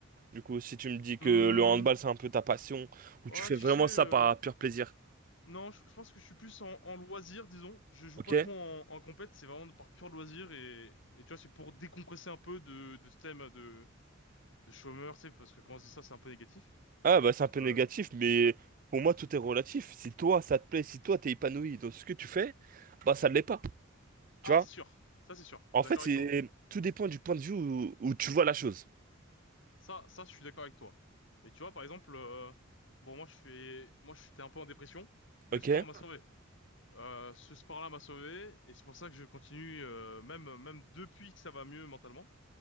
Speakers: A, on the right (about 40°); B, on the left (about 60°).
A: Du coup, si tu me dis que
B: Hum,
A: le handball, c'est un peu ta passion, ou
B: ah
A: tu fais
B: tu
A: vraiment
B: sais euh,
A: ça par pur plaisir,
B: Non, je, je pense que je suis plus en, en loisir, disons. Je joue
A: ok?
B: pas trop en, en compète, c'est vraiment par pur loisir et, et tu vois, c'est pour décompresser un peu de, de ce thème de, de chômeur, tu sais, parce que quand on se dit ça, c'est un peu négatif.
A: Ah, bah c'est un peu
B: Euh,
A: négatif, mais pour moi, tout est relatif. Si toi, ça te plaît, si toi, t'es épanoui dans ce que tu fais, bah ça ne l'est pas, tu
B: ah,
A: vois?
B: c'est sûr. Ça, c'est sûr. Je
A: En
B: suis
A: fait,
B: d'accord
A: c'est
B: avec toi.
A: tout dépend du point de vue où, où tu vois la chose,
B: Ça, ça, je suis d'accord avec toi. Mais tu vois, par exemple, euh, bon, moi, je fais, moi, j'étais un peu en dépression. Le
A: ok?
B: sport m'a sauvé. Euh, ce sport-là m'a sauvé et c'est pour ça que je continue, euh, même, même depuis que ça va mieux mentalement.